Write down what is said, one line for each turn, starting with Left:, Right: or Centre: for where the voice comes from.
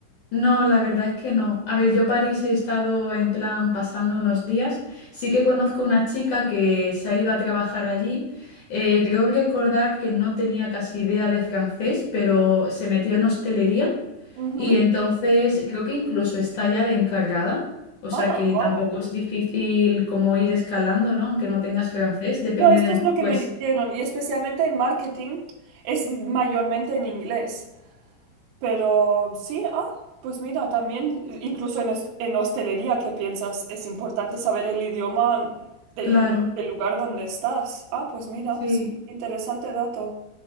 Left: no, la verdad es que no. A ver, yo París he estado en plan pasando unos días. Sí que conozco una chica que se ha ido a trabajar allí. Eh, creo recordar que no tenía casi idea de francés, pero se metió en hostelería.
Right: Ujú.
Left: Y entonces creo que incluso está ya de encargada, o sea
Right: Ah,
Left: que
Right: wow.
Left: tampoco es difícil como ir escalando, ¿no? Aunque no tengas francés, depende
Right: No, esto
Left: de,
Right: es lo que
Left: pues,
Right: me dijeron, y especialmente en marketing es mayormente en inglés. Pero sí, ah, pues mira, también, incluso en, host- en hostelería, ¿qué piensas? Es importante saber el idioma del,
Left: claro,
Right: del lugar donde estás. Ah, pues mira,
Left: sí.
Right: sí, interesante dato.